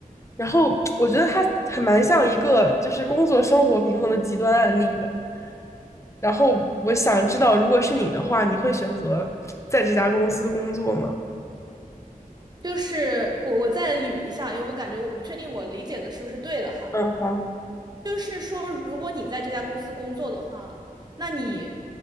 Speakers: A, on the left; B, on the right.
A: 然后我觉得它还蛮像一个就是工作生活平衡的极端案例的。然后我想知道，如果是你的话，你会选择在这家公司工作吗？
B: 就是我我再捋一下，因为我感觉我不确定我理解的是不是对的哈。
A: 嗯，好。
B: 就是说，如果你在这家公司工作的话，那你